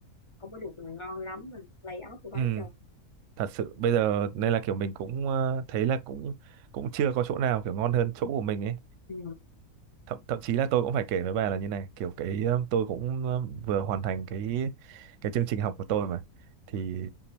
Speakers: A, on the left; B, on the right.
A: không có được mà ngon lắm mà lay off của bá
B: ừ
A: chồng
B: thật sự bây giờ nên là kiểu mình cũng ờ, thấy là cũng cũng chưa có chỗ nào kiểu ngon hơn chỗ của mình ấy
A: ừ.
B: thậm thậm chí là tôi cũng phải kể với bà là như này kiểu cái ờ, tôi cũng ờ, vừa hoàn thành cái cái chương trình học của tôi mà thì